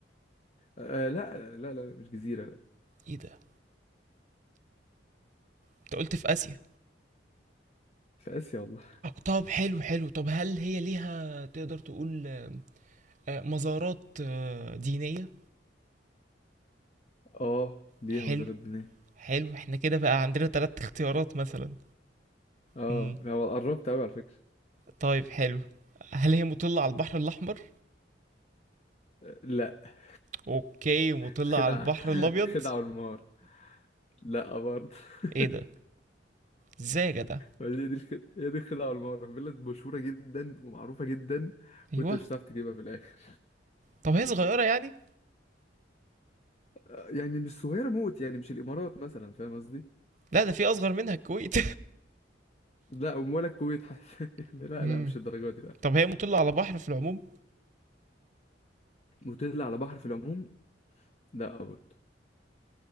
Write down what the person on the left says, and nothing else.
آه لا لا لا مش جزيرة لا
في آسيا والله
آه ليها
مزارات بناء
آه
هو قربت أوي على فكرة
آه، لا <laughs>
الخدعة
الخدعة والمهارة لا برضه <laughs>
هي دي الخدعة هي دي الخدعة والمغرب بلد مشهورة جدا ومعروفة جدا
وانت مش هتعرف تجيبها في الآخر
<laughs> يعني مش صغيرة موت يعني مش الإمارات مثلا فاهم قصدي؟
لا ولا الكويت حتى <laughs>
يعني لا
لا مش الدرجة دي لا
نوتيلا على بحر في العموم لا برضه